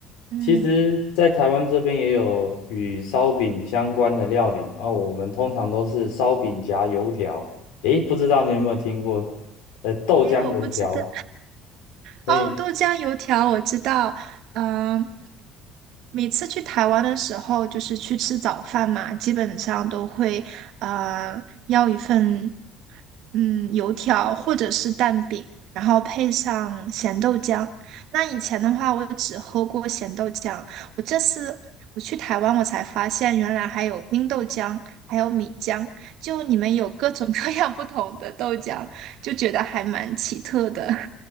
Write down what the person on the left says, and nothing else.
其实，在台湾这边也有与烧饼相关的料理，啊，我们通常都是烧饼夹油条。诶，不知道你有没有听过？呃，豆浆油条。
诶